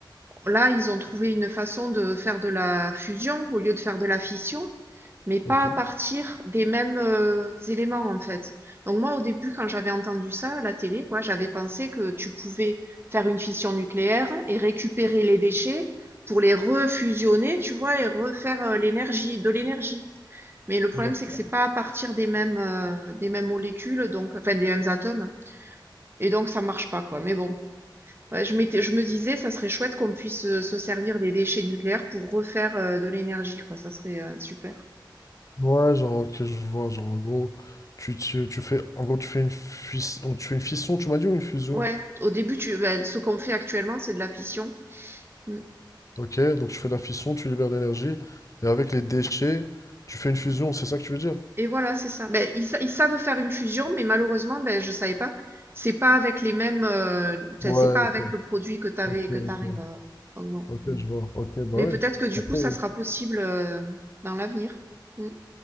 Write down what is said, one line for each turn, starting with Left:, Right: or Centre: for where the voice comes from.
Right: Là, ils ont trouvé une façon de faire de la fusion au lieu de faire de la fission, mais pas
Left: ok.
Right: à partir des mêmes euh, éléments en fait. Donc moi, au début, quand j'avais entendu ça à la télé, quoi, j'avais pensé que tu pouvais faire une fission nucléaire et récupérer les déchets pour les refusionner, tu vois, et refaire euh, l'énergie, de l'énergie. Mais le problème,
Left: D'accord.
Right: c'est que c'est pas à partir des mêmes, euh, des mêmes molécules, donc, enfin, des mêmes atomes. Et donc, ça marche pas, quoi. Mais bon, Ouais, je m'étais, je me disais, ça serait chouette qu'on puisse euh, se servir des déchets nucléaires pour refaire euh, de l'énergie, quoi. Ça serait euh, super.
Left: Ouais, genre, que je vois, genre, en gros, tu, tu, tu fais, en gros, tu fais une fission, tu fais une fission, tu m'as dit, ou une fusion?
Right: Ouais, au début, tu, ben, ce qu'on fait actuellement, c'est de la fission. Mm.
Left: Ok, donc tu fais de la fission, tu libères de l'énergie, et avec les déchets, tu fais une fusion, c'est ça que tu veux dire?
Right: Et voilà, c'est ça. Ben, ils, sa- ils savent faire une fusion, mais malheureusement, ben, je savais pas. C'est pas avec les mêmes, euh, enfin,
Left: Ouais,
Right: c'est pas
Left: ok,
Right: avec le produit que t'avais,
Left: ok,
Right: que
Left: ok,
Right: t'arrives. euh, donc bon.
Left: ok, je vois. Ok, bah
Right: Mais
Left: oui.
Right: peut-être que du
Left: Après,
Right: coup, ça sera possible euh, dans l'avenir. Mm.